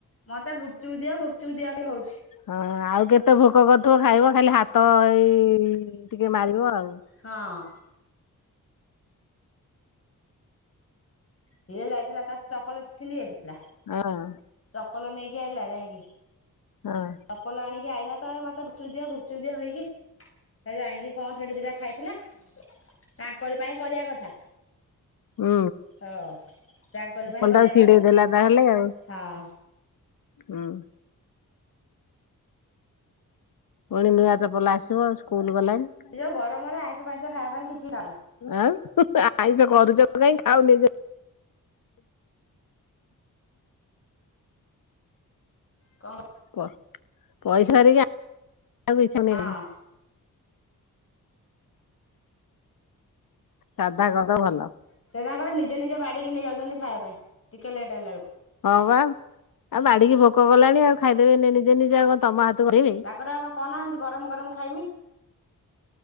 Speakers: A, on the left (about 45°); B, on the left (about 75°).
A: ମୋତେ ଗୁପଚୁପ ଦିଅ ଗୁପଚୁପ ଦିଅ ଖାଲି ହଉଚି।
B: ହଁ ଆଉ କେତେ ଭୋକ କରୁଥିବ ଖାଇବ ଖାଲି ହାତ ହେଇ ଟିକେ ମାରିବ ଆଉ।
A: ହଁ। ସିଏ ଯାଇଥିଲା ତାର ଚପଲ <unintelligible> ଯାଇଥିଲା
B: ହଁ
A: ଚପଲ ନେଇକି ଆଇଲା ଯାଇଁକି।
B: ହଁ।
A: ଚପଲ ଆଣିକି ଆଇଲା ତ ଏ ମତେ ଗୁପଚୁପ ଦିଅ ଗୁପଚୁପ ଦିଅ ହେଇକି ଏ ଯାଇଁକି କଣ ସେଠି ଦିଟା ଖାଇଥିଲା। ତାଙ୍କର ପାଇଁ କରିବା କଥା।
B: ଉଁ।
A: ହଁ ତାଙ୍କରି
B: ଚପଲ
A: ପାଇଁ କରିବା
B: ଟାକୁ ଛିଡେଇଦେଲା
A: କଥା
B: ତାହେଲେ ଆଉ।
A: ହଁ।
B: ହୁଁ। ପୁଣି ନୂଆ ଚପଲ ଆସିବ ଆଉ ସ୍କୁଲ ଗଲାଣି।
A: ଏ ଯୋଉ ଗରମ ରେ ଆଇଁଷ ଫାଇଁଷ ଖାଇବା ପାଇଁ କିଛି ଇଚ୍ଛା ନାହିଁ।
B: ଆଉ, ଆଇଁଷ କରୁଚ କାହିଁ ଖାଉନି
A: କ,
B: କୁହ। ପଇସା ସାରିକି ଆଇଁଷ ଇଚ୍ଛା ହଉନି
A: ହଁ।
B: ସାଧା କର ଭଲ।
A: ସେ ତାଙ୍କର ନିଜେ ନିଜେ ବାଢିକି ନେଇ ଯାଉଛନ୍ତି ଖାଇବା ପାଇଁ, ଟିକେ ଲେଟ୍ ହେଲା ବେଳକୁ।
B: ହଁ ବା। ଆଉ ବାଢିକି ଭୋକ କଲାଣି ଆଉ ଖାଇଦେବେ ଏଇନେ ନିଜେ ନିଜେ ଆଉ କଣ ତମ ହାତକୁ ଅନେଇବେ।
A: ତାଙ୍କର <unintelligible> ଗରମ ଗରମ ଖାଇମି।